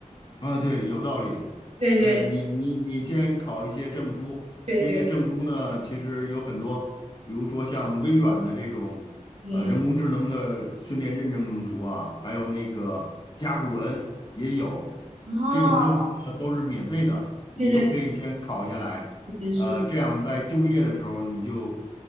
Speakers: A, on the left; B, on the right.
A: 啊，对，有道理。
B: 对对
A: 呃，你你你先考一些证书，
B: 对对
A: 这些证书呢，其实有很多，比如说像微软的这种，
B: 对，
A: 呃，人工智能的训练认证证书啊，还有那个甲骨文也有，
B: 哦，
A: 这种证书呢都是免费的，你都可以先考下来。
B: 对对对是，
A: 呃，这样在就业的时候你就